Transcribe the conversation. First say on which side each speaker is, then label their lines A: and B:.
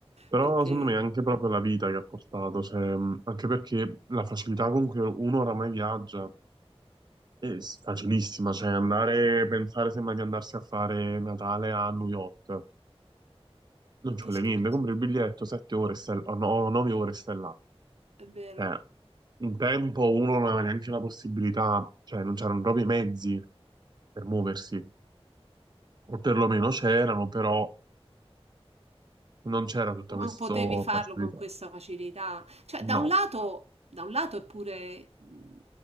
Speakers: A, on the right; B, on the right.
A: Però
B: Perché,
A: secondo me è anche proprio la vita che ha portato, cioè, mh, anche perché la facilità con cui uno oramai viaggia è s- facilissima, cioè andare, pensare sembra di andarsi a fare Natale a New York, non
B: ma
A: ci
B: che
A: vuole
B: scherzo,
A: niente, compri il biglietto, 7 ore, stai- o no, 9 ore, e stai là.
B: è vero.
A: Eh, un tempo uno non aveva neanche la possibilità, cioè non c'erano proprio i mezzi per muoversi, o perlomeno c'erano, però non c'era tutta
B: Non
A: questa
B: potevi farlo
A: facilità.
B: con questa facilità. Cioè,
A: No,
B: da un lato, da un lato è pure, mh,